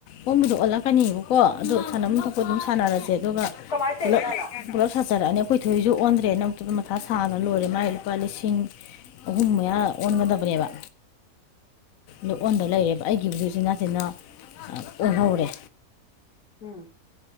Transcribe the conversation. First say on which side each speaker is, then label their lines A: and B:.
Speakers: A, on the left (about 70°); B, on the left (about 90°).
A: ꯑꯣꯟꯕꯨꯗꯤ ꯑꯣꯜꯂꯛꯀꯅꯤꯕꯀꯣ ꯑꯗꯨ ꯁꯥꯟꯅꯐꯝ ꯊꯣꯛꯄ ꯑꯗꯨꯝ ꯁꯥꯟꯅꯔꯁꯦ ꯑꯗꯨꯒ
B: ꯑꯗꯨ ꯀꯃꯥꯏꯅ ꯇꯧꯔꯤꯖꯥꯠꯅꯣ
A: ꯄꯨꯂꯞ ꯄꯨꯂꯞ ꯁꯥꯖꯔꯛꯑꯅꯤ ꯑꯈꯣꯏ ꯊꯣꯏꯁꯨ ꯑꯣꯟꯗ꯭ꯔꯦꯅ ꯑꯗꯨ ꯃꯊꯥ ꯁꯥꯅ ꯂꯣꯏꯔꯦ ꯃꯥꯢ ꯂꯨꯄꯥ ꯂꯤꯁꯤꯡ ꯑꯍꯨꯝ ꯃꯌꯥ ꯑꯣꯟꯒꯗꯕꯅꯦꯕ ꯗꯨ ꯑꯣꯟꯗ ꯂꯩꯔꯦꯕ ꯑꯩꯒꯤ ꯎꯆꯤꯟ ꯅꯥꯆꯤꯟꯅ ꯑꯥ ꯑꯣꯟꯍꯧꯔꯦ
B: ꯎꯝ